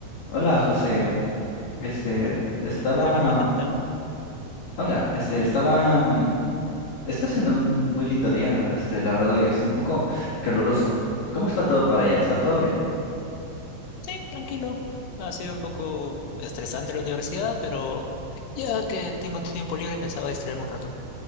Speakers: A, on the left (about 60°); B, on the left (about 80°).
A: Hola, José. Este,
B: Hola,
A: estaba.
B: hola Carlos, ¿qué tal?
A: Hola, este, estaba. mm, Está siendo un muy lindo día, este, la verdad, y está un poco caluroso. ¿Cómo está todo para allá? ¿Está todo bien?
B: Sí, tranquilo. Ha sido un poco estresante la universidad, pero ya que tengo tiempo libre pensaba distraerme un rato.